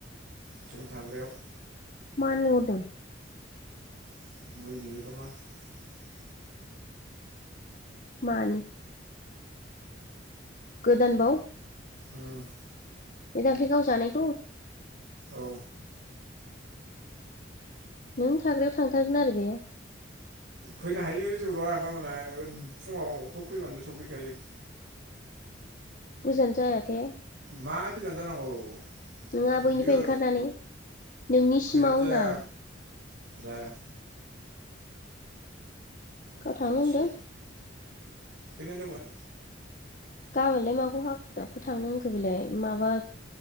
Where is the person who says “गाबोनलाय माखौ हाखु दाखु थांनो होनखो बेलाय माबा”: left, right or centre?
Left